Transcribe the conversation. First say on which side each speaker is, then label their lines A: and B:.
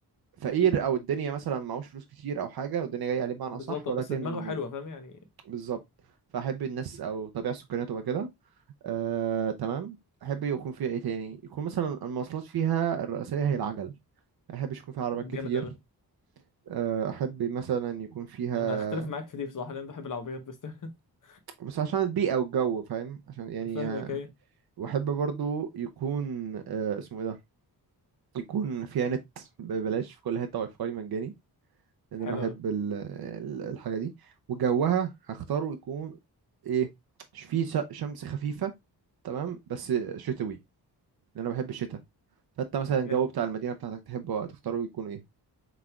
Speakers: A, on the right; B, on the left.
A: فقير او الدنيا مثلا معهوش فلوس كتير او حاجه والدنيا جايه عليه بمعنى
B: بالظبط
A: صح ولكن
B: آه. بس دماغه حلوه فاهم يعني
A: بالظبط فاحب الناس او الطبيعه السكانيه تبقى كده آه تمام احب يكون فيها ايه تاني يكون مثلا المواصلات فيها الرئيسيه هي العجل ما احبش يكون فيها عربيات كتير
B: جامد قوي
A: آه، احب مثلا يكون فيها
B: انا اختلف معاك في دي بصراحه لان بحب العربيات بس <laughs>
A: بس عشان البيئه والجو فاهم عشان يعني
B: فاهمك
A: آه،
B: ايه
A: واحب برضو يكون آه، اسمه ايه ده يكون فيها نت ببلاش في كل حته واي فاي مجاني لان
B: حلو
A: انا بحب
B: أوي.
A: ال- ال- الحاجه دي وجوها هختاره يكون ايه ش- فيه س- شمس خفيفه تمام بس شتوي لان انا بحب الشتاء فانت مثلا
B: جامد
A: الجو بتاع المدينه بتاعتك تحبه تختاره يكون ايه